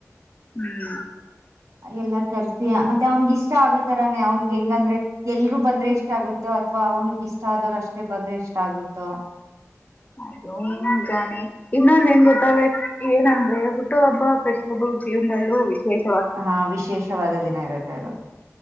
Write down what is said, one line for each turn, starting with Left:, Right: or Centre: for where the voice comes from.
Left: ಹ್ಮ್.
Right: ಎಲ್ಲಾ ಕರ್ಸಿ ಮತ್ತೆ ಅವನ್ಗ ಇಷ್ಟ ಆಗೋತರಾನೇ ಅವನ್ಗೆ ಹೆಂಗಂದ್ರೆ ಎಲ್ರುೂ ಬಂದ್ರೆ ಇಷ್ಟ ಆಗುತ್ತೋ ಅಥ್ವಾ ಅವನ್ಗ ಇಷ್ಟ ಆದೋರು ಅಷ್ಟೇ ಬಂದ್ರೆ ಇಷ್ಟ ಆಗುತ್ತೋ
Left: ಅದೂ ನಿಜಾನೆ ಇನ್ನೊಂದ ಏನ್ ಗೊತ್ತಾ ಲೈಕ್ ಏನಂದ್ರೆ ಹುಟ್ಟು ಹಬ್ಬ ಪ್ರತಿಯೊಬ್ಬರ ಜೀವನಲ್ಲೂ ವಿಶೇಷ
Right: ಹಾ ವಿಶೇಷವಾದ ದಿನ ಇರುತ್ತೆ ಅದು.